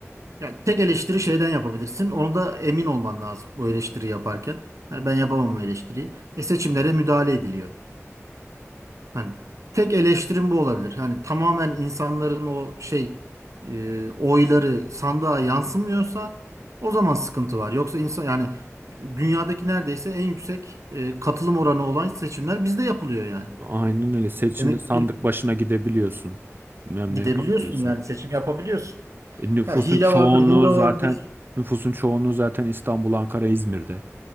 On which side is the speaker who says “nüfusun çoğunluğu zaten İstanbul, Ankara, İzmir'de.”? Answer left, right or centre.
Right